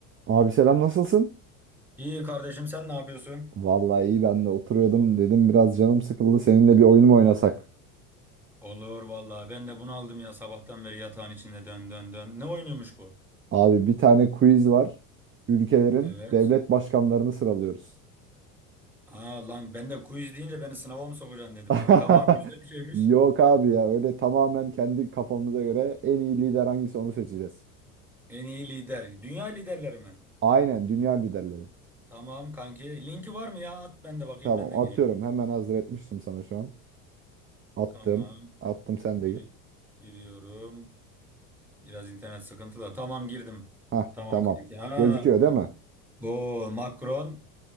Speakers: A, on the right; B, in the centre.
A: Abi selam nasılsın?
B: İyi kardeşim sen ne yapıyorsun?
A: Vallahi iyi ben de oturuyordum dedim biraz canım sıkıldı seninle bir oyun mu oynasak?
B: Olur vallahi ben de bunu aldım ya sabahtan beri yatağın içinde dön dön dön. Ne oynuyormuş bu?
A: Abi bir tane quiz var. Ülkelerin
B: Evet.
A: devlet başkanlarını sıralıyoruz.
B: Aa lan ben de quiz deyince beni sınava mı sokacaksın dedim
A: <laughs>
B: lan. Tamam güzel bir şeymiş.
A: Yok abi ya öyle tamamen kendi kafamıza göre en iyi lider hangisi onu seçeceğiz.
B: En iyi lider. Dünya liderleri mi?
A: Aynen dünya liderleri.
B: Tamam kanki. Linki var mı ya? At ben de bakayım
A: Tamam
B: ben de gireyim.
A: atıyorum hemen hazır etmiştim sana şu an. Attım.
B: Tamam.
A: Attım sen de
B: Giri
A: gir.
B: giriyorum. Biraz internet sıkıntılı. Tamam girdim.
A: Hah
B: Tamam
A: tamam.
B: kanki. Aa.
A: Gözüküyor değil mi?
B: Bu Macron